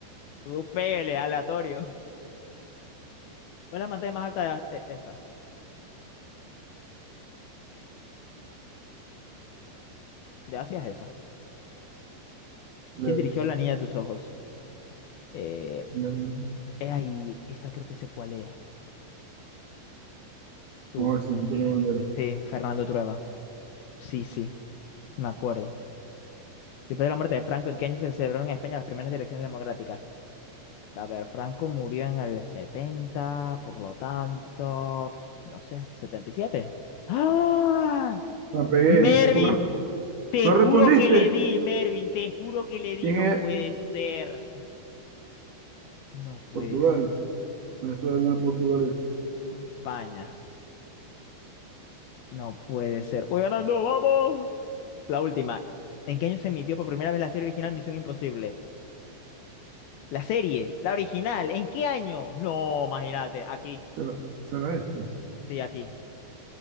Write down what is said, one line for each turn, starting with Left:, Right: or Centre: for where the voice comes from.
Left: Tú pégale, aleatorio. ¿Cuál es la pantalla más alta de A- e- esta? De Asia es esa.
Right: Leves.
Left: ¿Quién dirigió La Niña de tus Ojos? Eh,
Right: Vamos
Left: eh, ahí, esta creo que sé cuál es. Tú.
Right: a ver si Antonio Bandera.
Left: Sí, Fernando Trueba. Sí, sí, me acuerdo. Después de la muerte de Franco, ¿en qué año se celebraron en España las primeras elecciones democráticas? A ver, Franco murió en el 70 por lo tanto, no sé, setenta y siete ¡Ah!
Right: La pegué.
Left: Mervin,
Right: ¿Por qué
Left: te
Right: ¿No
Left: juro
Right: No respondiste?
Left: que le di, Mervin, te juro que le di,
Right: ¿Quién
Left: no
Right: es?
Left: puede ser. No puede
Right: Portugal.
Left: ser.
Right: Venezuela, Portugal es.
Left: España, no puede ser. Voy ganando, vamos. La última. ¿En qué año se emitió por primera vez la serie original Misión Imposible? La serie, la original, ¿en qué año? No, imagínate, aquí.
Right: Será, será este.
Left: Sí, aquí.